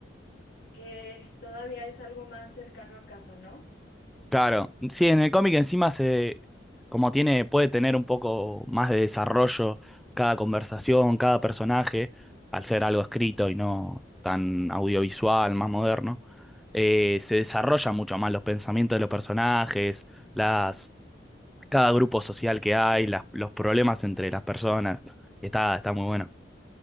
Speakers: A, on the left; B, in the centre.
A: que todavía es algo más cercano a casa, ¿no?
B: Claro, sí, en el cómic encima se, como tiene, puede tener un poco más de desarrollo cada conversación, cada personaje, al ser algo escrito y no tan audiovisual, más moderno, eh, se desarrollan mucho más los pensamientos de los personajes, las, cada grupo social que hay, las- los problemas entre las personas. Está, está muy bueno.